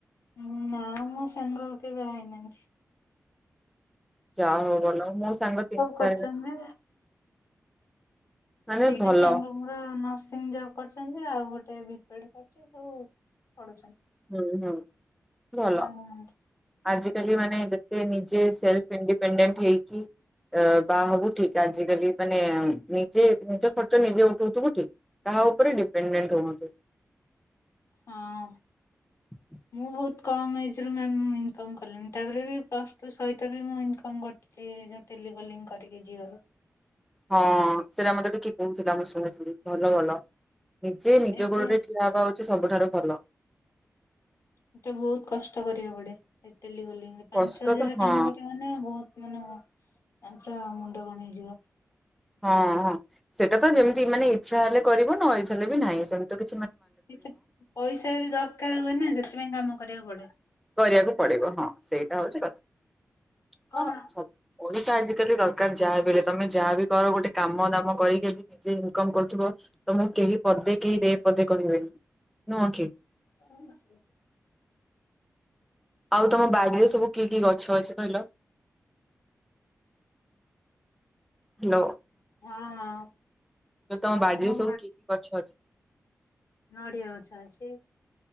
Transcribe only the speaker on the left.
ଉଁ ନା ମୋ ସାଙ୍ଗ କେହି ବାହା ହେଇ ନାହାନ୍ତି।
କରିଛନ୍ତି
ଦିଟା
ସାଙ୍ଗ ମୋର ନର୍ସିଂ ଜବ୍ କରିଛନ୍ତି ଆଉ ଗୋଟ୍। ଟେ ବିପେଡ କରୁଛି ଅଉ ପଢୁଛନ୍ତି।
ହଁ
ହଁ।
ମୁଁ ବହୁତ୍‌ କମ ଏଜ୍‌ ରୁ ମାମ୍ ଇନକମ୍‌ କଲିଣି ତାପରେ ବି ପ୍ଲସ ଟୁ ସହିତ ବି ମୁଁ ଇନକମ୍ କରୁଥିଲି। ଏ ଯୋଉ ଟେଲିି କଲିଂ କରିକି ଜିଓ ର।
ଏବେ
ମତେ ବୋହୁତ କଷ୍ଟ କରିବାକୁ ପଡେ। ଟେଲି କଲିଂ ରେ ପାଞ୍ଚ
ଛ ହଜାର
ରେ
କାମ କରିବ ମାନେ ବହୁତ୍ ମାନେ <unintelligible> ମୁଣ୍ଡ କଣ ହେଇଯିବ।
କିଛି ପଇସା ବି ଦରକାର ହୁଏ ନା ସେଥିପାଇଁ କାମ କରିବାକୁ ପଡେ।
କଣ
<inaudible>
ହଁ ହଁ
ଆମ
ନଢିଆ ଗଛ ଅଛି।